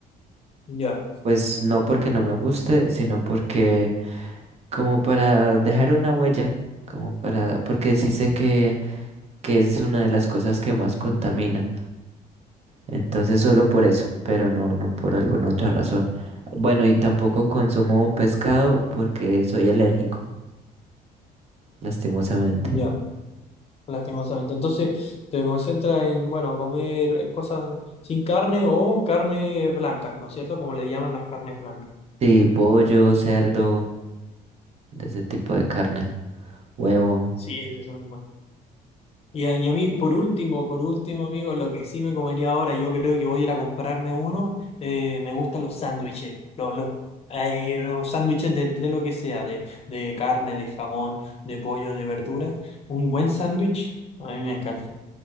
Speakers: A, on the left; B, on the right.
A: Ya,
B: Pues no porque no me guste, sino porque como para dejar una huella, como para, porque sí sé que, que es una de las cosas que más contamina. Entonces solo por eso, pero no, no por alguna otra razón. Bueno, y tampoco consumo pescado porque soy alérgico. lastimosamente.
A: ya, lastimosamente. Entonces, te concentras en, bueno, comer cosas sin carne o carne blancas, ¿no es cierto? Como le llaman las carnes blancas.
B: Sí, pollo, cerdo, de ese tipo de carne, huevo.
A: Sí, ese es el Y a, y a mí, por último, por último, amigo, lo que sí me comería ahora, yo creo que voy a ir a comprarme uno. eh, me gustan los sándwiches, los, los, eh, los sándwiches de, de lo que sea, de, de carne, de jamón, de pollo, de verdura. Un buen sándwich, a mí me encanta.